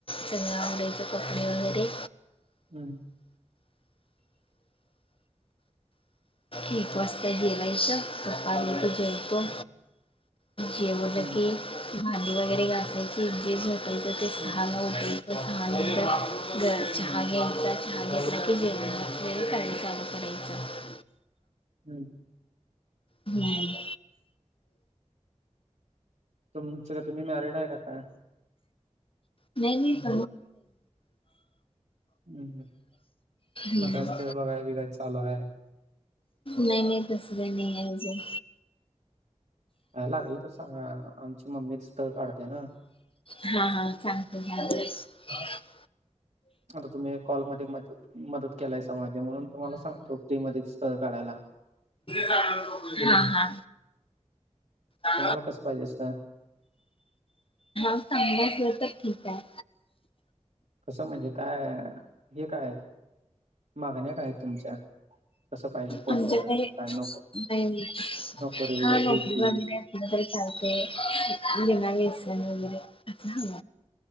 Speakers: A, on the left; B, on the right.
A: सगळं आवरायचं कपडे वैगेरे.
B: हं.
A: एक वाजता जेवायचं. पप्पा आले की जेवतो.
B: हम्म
A: जेवलो
B: हम्म
A: की भांडी वगैरे घासायची. जे झोपायचं ते सहाला
B: हम्म
A: उठायचं. सहानंतर चहा घ्यायचा. चहा घेतला की जेवणाची वगैरे तयारी चालू करायची.
B: हं.
A: हम्.
B: तुमचं काय? तुम्ही मॅरिड आहे काय?
A: नाही मी <unintelligible>
B: हम्म
A: हम्.
B: मग काय स्थळ बघाय बिघाय चालू आहे?
A: नाही तस काही नाही आहे अजून.
B: काही लागलं तर सांगा. आमची मम्मीच स्थळ काढते ना?
A: हा. हा. सांगतो. <unintelligible>
B: आता तुम्ही एक कॉलमध्ये मदत केलायसा माझी. म्हणून तुम्हाला सांगतो फ्री मध्येच स्थळ काढायला.
A: हा हा. हा.
B: तुम्हाला कसं पाहिजे स्थळ?
A: चांगल असला तर ठीक आहे.
B: कसं म्हणजे काय? हे काय मागण्या काय तुमच्या? कसं पाहिजे पोरग
A: आमच्याकडे
B: काय
A: <unintelligible>
B: नोक नोकरी
A: हा नोकरी
B: शेती
A: <unintelligible> <unintelligible> चालतंय. बिना व्यसनी वगैरे.